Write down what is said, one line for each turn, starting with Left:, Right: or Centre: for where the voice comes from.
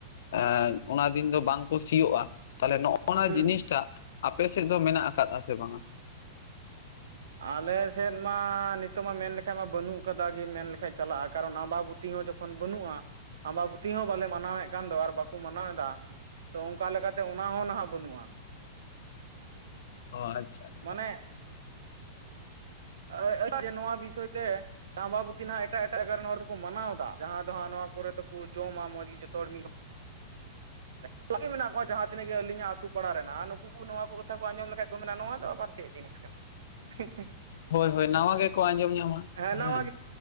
Left: ᱮᱸ ᱚᱱᱟ ᱫᱤᱱ ᱫᱚ ᱵᱟᱝ ᱠᱚ ᱥᱤᱭᱳᱜᱼᱟ ᱛᱟᱦᱚᱞᱮ ᱱᱚᱜᱼᱼ ᱼᱚᱱᱟ
Right: ᱦᱩᱸ
Left: ᱡᱤᱱᱤᱥ ᱴᱟᱜ ᱟᱯᱮ ᱥᱮᱫ ᱫᱚ ᱢᱮᱱᱟᱜ ᱟᱠᱟᱫᱟ ᱥᱮ ᱵᱟᱝᱟ?
Right: ᱟᱞᱮ ᱥᱮᱫ ᱢᱟ ᱱᱤᱛᱚᱜ ᱢᱟ ᱢᱮᱱ ᱞᱮᱠᱷᱟᱱ ᱢᱟ ᱵᱟᱹᱱᱩᱜ ᱠᱟᱫᱟ ᱜᱮ ᱢᱮᱱ ᱞᱮᱠᱷᱟᱡ ᱪᱟᱞᱟᱜᱼᱟ ᱾ ᱠᱟᱨᱚᱱ ᱟᱢᱵᱟᱵᱩᱛᱤ ᱦᱚᱸ ᱡᱚ ᱼᱠᱷᱚᱱ ᱵᱟᱹᱱᱩᱜᱼᱟ ᱟᱢᱵᱟᱵᱩᱛᱤ ᱦᱚᱸ ᱵᱟᱞᱮ ᱢᱟᱱᱟᱣᱮᱫ ᱠᱟᱱ ᱫᱚ ᱟᱨ ᱵᱟᱠᱚ ᱢᱟᱱᱟᱣᱮᱫᱟ ᱾ ᱛᱚ ᱚᱱᱠᱟ ᱞᱮᱠᱟᱛᱮ ᱚᱱᱟ ᱦᱚᱸ ᱱᱟᱦᱟᱜ ᱵᱟᱹᱱᱩᱜᱼᱟ ᱾
Left: ᱚ ᱟᱪᱪᱷᱟ ᱾
Right: ᱢᱟᱱᱮ ᱼᱼ <unintelligible> ᱡᱮ ᱱᱚᱣᱟ ᱵᱤᱥᱚᱭ ᱛᱮ ᱼᱼ ᱟᱢᱵᱟᱵᱩᱛᱤ ᱱᱟᱦᱟᱜ ᱮᱴᱟᱜ ᱮᱴᱟᱜ ᱠᱚᱨᱮᱱ ᱦᱚᱲ ᱫᱚᱠᱚ ᱢᱟᱱᱟᱣ ᱫᱟ ᱾ ᱡᱟᱦᱟᱸ ᱫᱚ ᱦᱟᱸᱜ ᱱᱚᱣᱟ ᱠᱚᱨᱮ ᱫᱚᱠᱩ ᱡᱚᱢᱟ ᱢᱚᱡᱽ ᱜᱮ ᱡᱚᱛᱚ ᱦᱚᱲ ᱢᱤᱫ ᱼᱼ ᱮᱠᱞᱟ ᱜᱮ ᱢᱮᱱᱟᱜ ᱠᱚᱣᱟ ᱡᱟᱦᱟᱸ ᱛᱤᱱᱟᱹᱜ ᱜᱮ ᱟᱹᱞᱤᱧᱟᱜ ᱟᱹᱛᱩ ᱯᱟᱲᱟ ᱨᱮ ᱱᱟᱦᱟᱜ ᱾ ᱱᱩᱠᱩ ᱠᱩ ᱱᱚᱣᱟ ᱠᱚ ᱠᱟᱛᱷᱟ ᱠᱚ ᱟᱸᱡᱚᱢ ᱞᱮᱠᱷᱟᱡ ᱠᱚ ᱢᱮᱱᱟ, ᱱᱚᱣᱟ ᱫᱚ ᱟᱵᱟᱨ ᱪᱮᱫ? ᱡᱤᱱᱤᱥ ᱠᱟᱱᱟ <unintelligible> ᱾
Left: ᱦᱳᱭ ᱦᱳᱭ ᱱᱟᱣᱟ ᱜᱮᱠᱚ ᱟᱸᱡᱚᱢ ᱧᱟᱢᱟ ᱾
Right: ᱱᱟᱣᱟ
Left: ᱦᱮᱸ